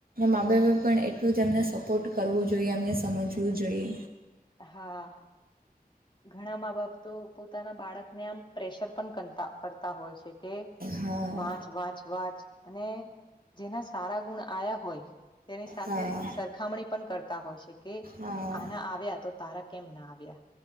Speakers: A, on the right; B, on the left.
A: મા બાપ પણ એટલું જ એમને સપોર્ટ કરવું જોઈએ એમને સમજવું જોઈએ.
B: હા. ઘણા માં -બાપ તો પોતાના બાળક ને આમ પ્રેશર પણતા કરતા -કરતા હોય છે. કે
A: હા
B: વાંચ વાંચ વાંચ અને જેના સારા ગુણ આવ્યા હોય તેની સાથે
A: હા
B: સરખામણી પણ કરતા હોય છે, કે
A: હા
B: આના આવ્યા તો તારા કેમ ના આવ્યા.